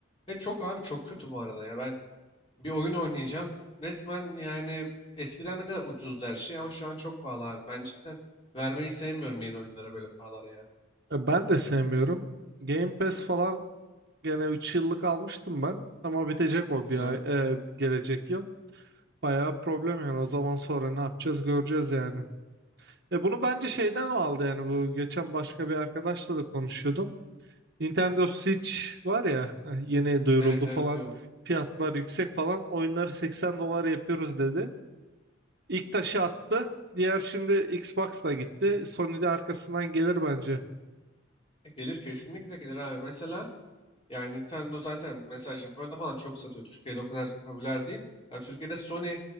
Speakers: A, on the left (about 25°); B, on the right (about 55°).
A: Ve çok abi çok kötü bu arada ya. Ben bir oyun oynayacağım. Resmen yani eskiden ne kadar ucuzdu her şey ama şu an çok pahalı abi. Ben cidden vermeyi sevmiyorum yeni oyunlara böyle paralara ya.
B: E, ben de sevmiyorum. Game Pass falan gene 3 yıllık almıştım ben. Ama bitecek o
A: Güzel.
B: bir ay, e, gelecek yıl. Bayağı problem yani. O zaman sonra ne yapacağız göreceğiz yani. E bunu bence şeyden aldı yani bu geçen başka bir arkadaşla da konuşuyordum. Nintendo Switch var ya yeni duyuruldu
A: Evet evet
B: falan.
A: biliyorum.
B: Fiyatlar yüksek falan. Oyunları 80 dolar yapıyoruz dedi. İlk taşı attı. Diğer şimdi Xbox'la gitti. Sony de arkasından gelir bence.
A: E, gelir kesinlikle gelir abi. Mesela Yani Nintendo zaten mesela Japonya'da falan çok satıyor. Türkiye'de o kadar popüler değil. Yani Türkiye'de Sony